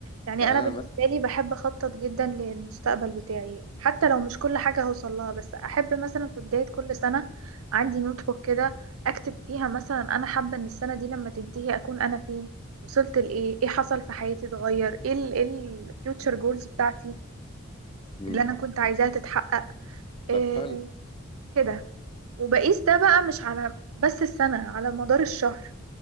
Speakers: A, on the right; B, on the left.
A: يعني
B: يعني
A: أنا
B: انا
A: بالنسبة
B: مثلا
A: لي بحب أخطط جدا للمستقبل بتاعي حتى لو مش كل حاجة هوصل لها بس أحب مثلا في بداية كل سنة عندي نوت بوك كده أكتب فيها مثلا أنا حابة إن السنة دي لما تنتهي أكون أنا فين وصلت لإيه إيه حصل في حياتي اتغير إيه ال إيه الفيوتشر جولز بتاعتي
B: مم.
A: اللي أنا كنت عايزاها تتحقق إيه
B: طب حلو
A: كده وبقيس ده بقى مش على بس السنة على مدار الشهر